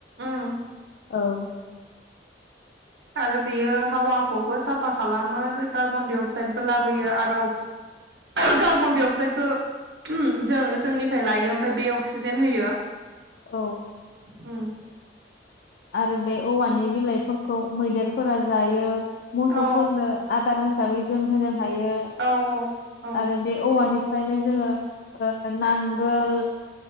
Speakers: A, on the right; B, on the left.
A: उम
B: औ
A: आरो बेयो हावाखौबो साफा खालामो
B: औ
A: कार्बन डाइ अक्साइदबो लाबोयो आरो अक् कारबन दाइ अक्साइडखौ जों जोंनिफ्राय लायो ओमफ्राय बे अक्सिजेन होयो
B: औ
A: उम
B: आरो बे औवानि बिलाइफोरखौ मैदेरफोरा जायो मोसौफोरनो
A: औ
B: आदार हिसाबै जों होनो हायो
A: औ औ
B: आरो बे औवानि ओफ्रायनो जोङो ओ नांगोल